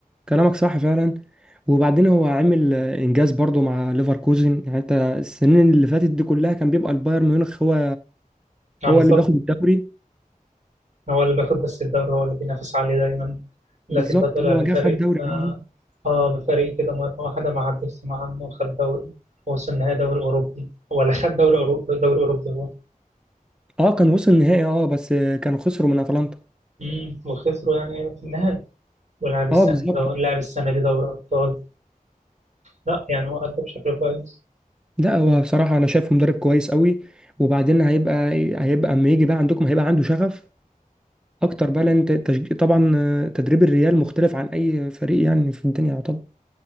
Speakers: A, in the centre; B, on the right.
A: كلامك صح فعلا وبعدين هو عامل آه، انجاز برضو مع ليفركوزن يعني انت السنين اللي فاتت دي كلها كان بيبقى البايرن ميونخ هو
B: يعني
A: هو
B: بالظبط
A: اللي بياخد الدوري
B: هو اللي بياخد بس الدوري هو اللي بينافس عليه دايما لكن
A: بالظبط
B: ده طلع
A: هو
B: بفريق
A: جه خد دوري
B: اه
A: معاهم
B: آه، بفريق كده مرة واحدة ما عدتش مع عنه وخد دوري ووصل النهائي دوري أوروبي ولا خد دوري أوروبي دوري أوروبي هو
A: اه كان وصل النهائي اه بس آه، كانوا خسروا من اتلانتا
B: امم وخسروا يعني في النهائي ولعب السنة
A: اه بالظبط
B: دي لعب السنة دي دوري أبطال لا يعني هو أدى بشكل كويس
A: لا هو بصراحة انا شايفه مدرب كويس قوي وبعدين هيبقى هيبقى اما يجي بقى عندكم هيبقى عنده شغف اكتر بقى لان تشج- طبعا آه، تدريب الريال مختلف عن اي فريق يعني في الدنيا طبعا